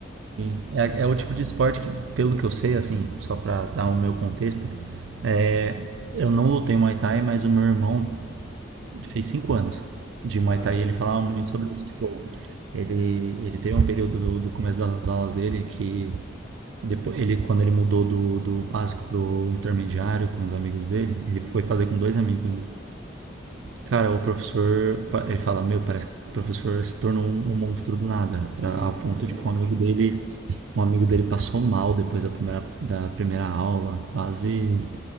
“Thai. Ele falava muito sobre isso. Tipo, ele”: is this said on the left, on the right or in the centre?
Right